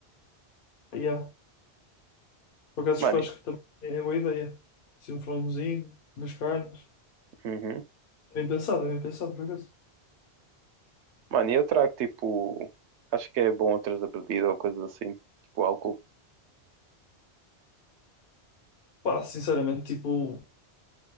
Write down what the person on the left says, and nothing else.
Yeah. Por acaso,
eu acho
que também é boa ideia. Assim, um frangozinho, umas carnes.
É Bem pensado, é bem pensado, por acaso.
Pá, sinceramente, tipo.